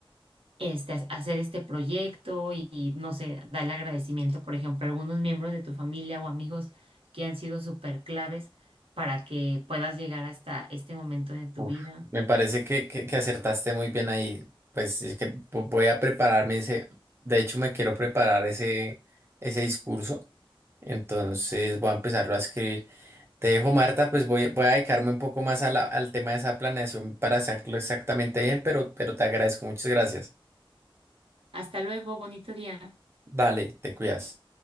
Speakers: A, on the right (about 80°); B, on the right (about 25°).
A: este, hacer este proyecto y, y, no sé, darle agradecimiento, por ejemplo, a algunos miembros de tu familia o amigos que han sido súper claves para que puedas llegar hasta este momento de tu
B: Uf,
A: vida.
B: me parece que, que, que acertaste muy bien ahí. Pues es que vo- voy a prepararme ese, de hecho me quiero preparar ese, ese discurso, entonces voy a empezarlo a escribir. Te dejo, Marta, pues voy, voy a dedicarme un poco más a la- al tema de esa planeación para hacerlo exactamente bien, pero, pero te agradezco, muchas gracias.
A: Hasta luego, bonito día.
B: Dale, te cuidas.